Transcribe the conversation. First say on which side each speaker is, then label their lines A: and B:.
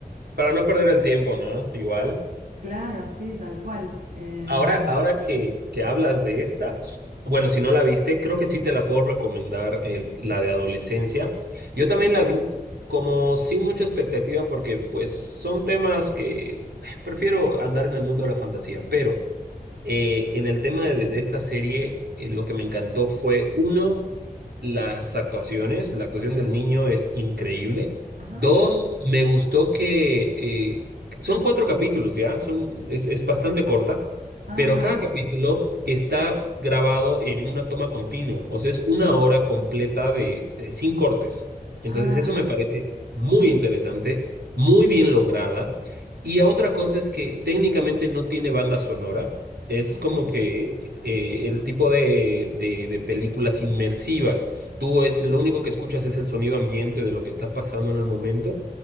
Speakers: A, on the right (about 85°); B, on the right (about 55°).
A: Para no perder el tiempo, ¿no? Igual.
B: Claro, sí, tal cual. Em,
A: Ahora, ahora que, que hablas de esta, bueno, si no la viste, creo que sí te la puedo recomendar, el- la de adolescencia. Yo
B: sí.
A: también la vi como sin mucha expectativa porque pues son temas que eh, prefiero andar en el mundo de la fantasía, pero eh, en el tema de, de esta serie, eh, lo que me encantó fue, uno, las actuaciones, la actuación del niño es increíble.
B: Ajá.
A: Dos, me gustó que eh, son cuatro capítulos, ¿ya? Son, es, es bastante corta,
B: Ah,
A: pero cada capítulo está grabado en una toma continua, o sea, es una hora completa de, de- sin cortes. Entonces,
B: ah,
A: eso me parece muy interesante, muy bien lograda. Y otra cosa es que técnicamente no tiene banda sonora. Es
B: ok.
A: como que eh, el tipo de, de, de películas inmersivas Tú eh, lo único que escuchas es el sonido ambiente de lo que está pasando en el momento